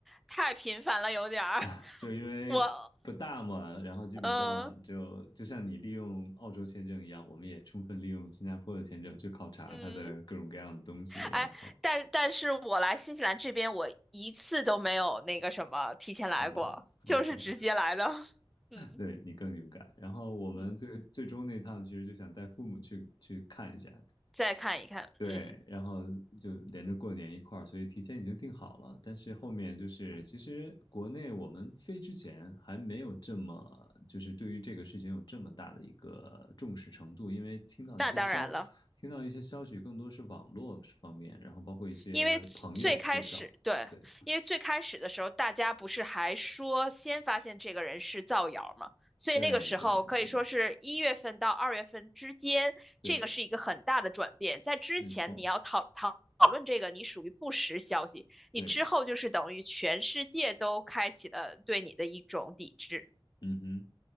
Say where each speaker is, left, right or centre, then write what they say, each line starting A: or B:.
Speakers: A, in the centre; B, on the left.
A: 太频繁了，有点儿，
B: <laughs> 就因为不大嘛，
A: 我，
B: 然后基本上就就像你利用澳洲签证一样，
A: <laughs> 嗯
B: 我们也充分利用新加坡的签证去考察它的各种各样的东西，
A: 嗯。
B: 然后
A: 哎，但但是我来新西兰这边，我一次都没有那个什么提前来过，
B: 是吧？OK，
A: 就是直接来的。<laughs> 嗯
B: 对你更勇敢。然后我们最最终那趟其实就想带父母去去看一下，
A: 嗯，再看一看，
B: 对，
A: 嗯，
B: 然后就连着过年一块儿，所以提前已经定好了。但是后面就是，其实国内我们飞之前还没有这么，就是对于这个事情有这么大的一个重视程度，因为听到一些消，
A: 那当然了。
B: 听到一些消息更多是网络方面，然后包括一些朋友介绍，
A: 因为最最开始，对，
B: 对，
A: 因为最开始的时候，大家不是还说先发现这个人是造谣吗？所以那个时候可以说是一月份到二月份之间，
B: 对，对，对，对，
A: 这个是一个很大的转变。在之前你要讨讨讨论这个，
B: 没错，
A: 你属于不实消息；
B: 对，
A: 你之后就是等于全世界都开启了对你的一种抵制。
B: 嗯哼。